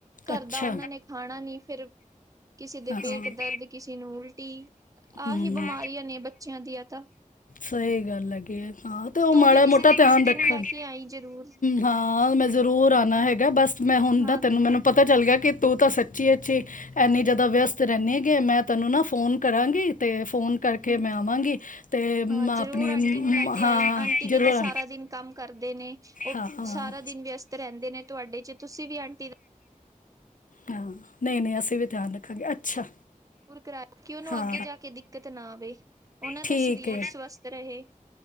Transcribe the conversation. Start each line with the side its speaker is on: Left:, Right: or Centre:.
Right: ਘਰ
Left: ਅੱਛਾ
Right: ਦਾ ਉਹਨਾਂ ਨੇ ਖਾਣਾ ਨਹੀਂ ਫਿਰ ਕਿਸੇ ਦੇ
Left: ਹਾਂ
Right: ਪੇਟ ਦਰਦ
Left: ਹਾਂ
Right: ਕਿਸੇ ਨੂੰ ਉਲਟੀ
Left: ਹੂੰ
Right: ਆਹੀ ਬਿਮਾਰੀਆਂ ਨੇ ਬੱਚਿਆਂ ਦੀਆਂ ਤਾਂ
Left: ਸਹੀ ਗੱਲ ਹੈਗੀ ਆ ਹਾਂ ਤੇ ਉਹ
Right: ਤੂੰ
Left: ਮਾੜਾ
Right: ਵੀ ਕਿਸੇ
Left: ਮੋਟਾ
Right: ਦਿਨ
Left: ਧਿਆਨ
Right: ਆਂਟੀ
Left: ਰੱਖਣ।
Right: ਨੂੰ ਲੈ ਕੇ ਆਈ ਜ਼ਰੂਰ
Left: ਹਾਂ ਮੈਂ ਜ਼ਰੂਰ ਆਨਾ ਹੈਗਾ। ਬਸ ਮੈਂ ਹੁੰਦਾ
Right: ਹਾਂ
Left: ਤੈਨੂੰ ਮੈਨੂੰ ਪਤ ਪਤਾ ਚੱਲ ਗਿਆ ਕਿ ਤੂੰ ਤਾਂ ਸੱਚੀ ਐੱਚ ਇੰਨੀ ਜ਼ਿਆਦਾ ਵਿਅਸਤ ਰਹਿਣੀ ਹੈ ਕਿ ਮੈਂ ਤੈਨੂੰ ਨਾ ਫੋਨ ਕਰਾਂਗੀ ਤੇ ਫ਼ੋਨ ਕਰਕੇ
Right: ਹ
Left: ਮੈਂ ਆਵਾਂਗੀ। ਤੇ ਮੈਂ
Right: ਹਾਂ ਜ਼ਰੂਰ
Left: ਆਪਣੀ
Right: ਆਂਟੀ
Left: ਮ-
Right: ਨੂੰ
Left: ਮ-
Right: ਲੈ ਕੇ
Left: ਹਾਂ
Right: ਆਈ ਆਂਟੀ
Left: ਜ਼ਰੂਰ
Right: ਵੀ ਤਾਂ
Left: ਆਉਣਾ।
Right: ਸਾਰਾ ਦਿਨ ਕੰਮ ਕਰਦੇ ਨੇ ਉਹ
Left: ਹਾਂ ਹਾਂ
Right: ਸਾਰਾ ਦਿਨ ਵਿਅਸਤ ਰਹਿੰਦੇ ਨੇ ਤੁਹਾਡੇ ਚ ਤੁਸੀਂ ਵੀ ਆਂਟੀ ਦਾ।
Left: ਹਾਂ ਨਹੀਂ ਨਹੀਂ ਅਸੀਂ ਵੀ ਧਿਆਨ ਰੱਖਾਂਗੇ, ਅੱਛਾ।
Right: ਦੂਰ ਕਰਾ ਕਿ ਉਹਨੂੰ
Left: ਹਾਂ
Right: ਅੱਗੇ ਜਾ ਕੇ ਦਿੱਕਤ ਨਾ ਆਵੇ ਉਹਨਾਂ
Left: ਠੀਕ
Right: ਦਾ ਸਰੀਰ
Left: ਹੈ
Right: ਸਵਸਥ ਰਹੇ।